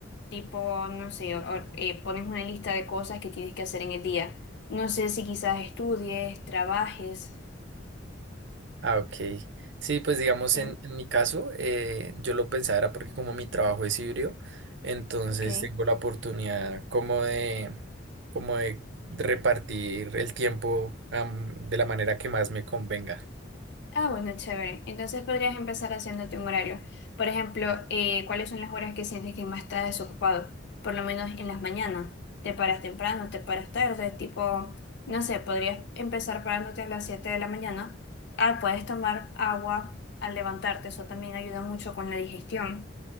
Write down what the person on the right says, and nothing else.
Ah, ok. Sí, pues digamos
en, en mi caso, eh, yo lo pensaba era porque como mi trabajo es híbrido, entonces
tengo la oportunidad como de, como de repartir el tiempo, am, de la manera que más me convenga.